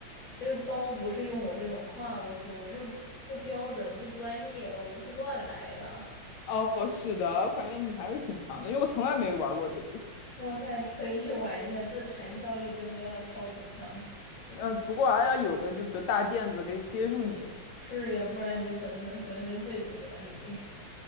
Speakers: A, on the left; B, on the left.
A: 就是包不是用我这种跨过去，我这不标准不专业，我就是乱来的。
B: 哦，是的，我感觉你还是挺强的，因为我从来没玩过这个。
A: 哇塞，你可以去玩一下，这弹跳力真的要超级强，
B: <laughs> 呃，不过还要有个就比如大垫子可以接住你。
A: 是呀，不然你就粉身粉身碎骨了已经。